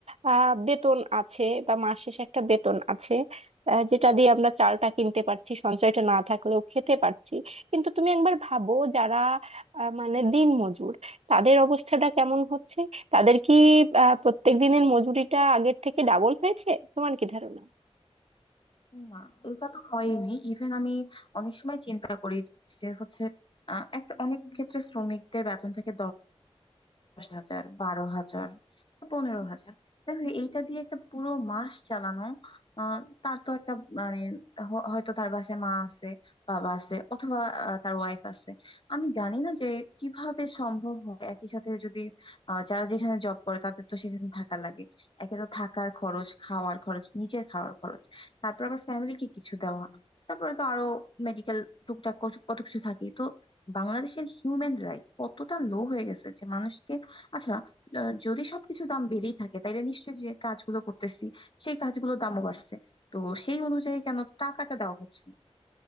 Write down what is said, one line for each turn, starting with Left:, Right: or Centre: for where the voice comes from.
Right: আহ বেতন আছে বা মাস শেষে একটা বেতন আছে আহ, যেটা দিয়ে আমরা চালটা কিনতে পারছি সঞ্চয়টা না থাকলেও খেতে পারছি কিন্তু তুমি একবার ভাবো যারা আহ, মানে দিনমজুর তাদের অবস্থাটা কেমন হচ্ছে তাদের কি আহ, প্রত্যেক দিনের মজুরিটা আগের থেকে ডাবল হয়েছে তোমার কি ধারণা
Left: না এটা তো হয়নি ইভেন আমি অনেক সময় চিন্তা করি যে হচ্ছে আহ, একটা অনেক ক্ষেত্রে শ্রমিকদের বেতন থেকে দশ হাজার বারো হাজার বা পনেরো হাজার দেখো এইটা দিয়ে একটা পুরো মাস চালানো আহ, তার তো একটা মানে হ- হয়তো তার বাসায় মা আছে বাবা আছে অথবা আহ, তার ওয়াইফ আছে আমি জানি না যে কিভাবে সম্ভব হয় একই সাথে যদি আহ, যারা যেখানে জব করে তাদের তো সেখানে থাকা লাগে একে তো থাকার খরচ খাওয়ার খরচ নিজের খাওয়ার খরচ তারপর আবার ফ্যামিলিকে কিছু দেওয়া তারপরে তো আরো মেডিকেল টুকটাক কত কত কিছু থাকে তো বাংলাদেশের হিউম্যান রাইট কতটা লো হয়ে গেছে যে মানুষকে আচ্ছা আহ, যদি সবকিছু দাম বেড়েই থাকে তাইলে নিশ্চয়ই যে কাজগুলো করতেছি সেই কাজগুলোর দামও বাড়ছে তো সেই অনুযায়ী কেন টাকাটা দেওয়া হচ্ছে না